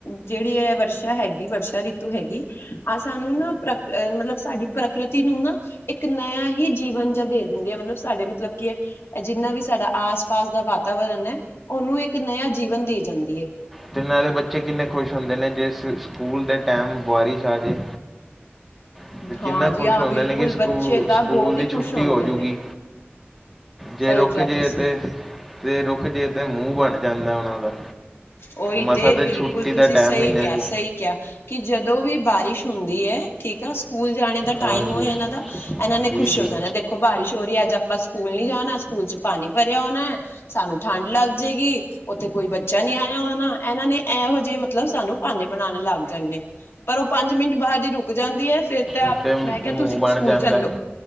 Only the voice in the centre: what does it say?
ਅਤੇ ਨਾਲੇ ਬੱਚੇ ਕਿੰਨੇ ਖੁਸ਼ ਹੁੰਦੇ ਨੇ ਜੇ ਸਕੂਲ ਦੇ ਟਾਈਮ ਬਾਰਿਸ਼ ਆ ਜਾਵੇ ਅਤੇ
ਕਿੰਨਾ
ਖੁਸ਼
ਹੁੰਦੇ
ਨੇ ਕਿ ਸਕੂਲ
ਸਕੂਲ
ਦੀ
ਛੁੱਟੀ
ਹੋ ਜੂਗੀ।
ਜੇ
ਰੁਕ
ਜੇ
ਤੇ, ਤੇ ਰੁਕ ਜੇ ਤੇ ਮੂੰਹ ਬਣ ਜਾਂਦਾ ਉਹਨਾਂ ਦਾ।
ਮਸਾਂ
ਛੁੱਟੀ
ਦਾ
ਟਾਈਮ ਮਿਲਿਆ
ਸੀ
ਹਾਂਜੀ
ਜੀ
ਜੀ
ਐਸ ਟਾਈਮ
ਤੇੇ
ਮੂੰਹ
ਬਣ
ਜਾਂਦਾ।